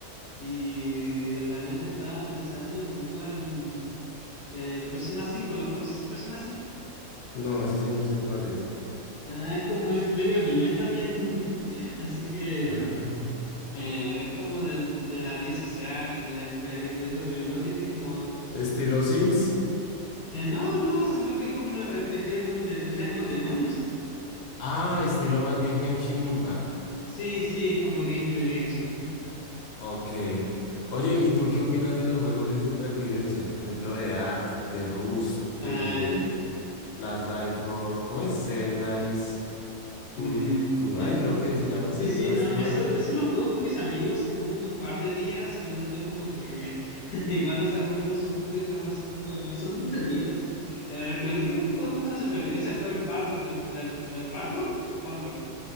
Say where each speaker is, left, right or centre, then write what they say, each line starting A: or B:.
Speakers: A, on the left; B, on the left.
A: Y realmente estaba pensando en jugar un eh, Persona 5, ¿lo conoces Persona 5?
B: No, ese sí no sé cuál es.
A: Ah, es como es medio anime también. <laughs> Así que
B: Ah,
A: mm, eh, es como del, de la vida social y de la escuela y todo eso, pero igual tiene como
B: estilo Sims.
A: eh, no, no, sino que es como un RPG donde peleas con demonios.
B: Ah, estilo más bien Henshin Impact.
A: Sí, sí, como Gen- el Genshin.
B: Ok. Oye, ¿y tú qué opinas de los juegos de supervivencia? Por ejemplo, de Ark, de Rust, de
A: Ah,
B: Last Die for... ¿Cómo es? Seven Dies to,
A: mm,
B: to
A: el-
B: Die, creo que se llama
A: Sí,
B: Seven
A: sí,
B: Dies
A: no,
B: to
A: eso,
B: Die.
A: eso lo juego con mis amigos y como que un par de días, pero después como que <laughs> igual nos aburrimos un poco y jugamos otro juego, pero son entretenidos. Eh, recu- el último que jugué como de supervivencia fue el Pal, el, el, el Palworld, Palworld.